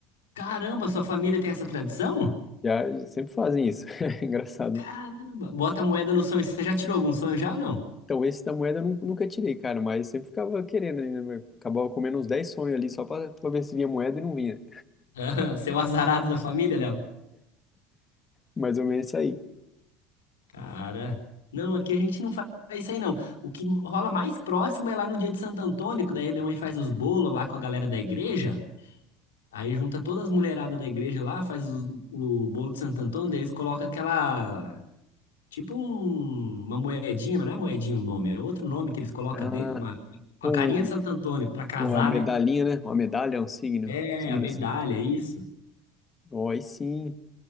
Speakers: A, on the left; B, on the left.
A: Caramba, sua família tem essa tradição?
B: Já sempre fazem isso. <laughs> É engraçado.
A: Caramba, bota a moeda no sonho. Você já tirou algum sonho já ou não?
B: Então esse da moeda eu nu- nunca tirei, cara, mas sempre ficava querendo, né? mas Acabava comendo uns 10 sonhos ali só pra, pra ver se vinha moeda e não vinha.
A: <laughs> Aham, Seu azarado da família, Léo?
B: Mais ou menos isso aí.
A: Cara, não, aqui a gente não faz isso aí não. O que rola mais próximo é lá no dia de Santo Antônio, que daí minha mãe faz os bolos lá com a galera da igreja. Aí junta todas as mulheradas da igreja lá, faz os- o bolo de Santo Antônio, daí eles colocam aquela. Tipo um- uma moedinha, mas não é moedinha o nome, é outro nome que eles colocam
B: Ah,
A: de- uma, com
B: com
A: a carinha de Santo Antônio pra casar,
B: uma medalhinha,
A: né?
B: né? Uma medalha, um signo,
A: É,
B: signo
A: a medalha,
B: assim.
A: isso.
B: Ó, Aí sim.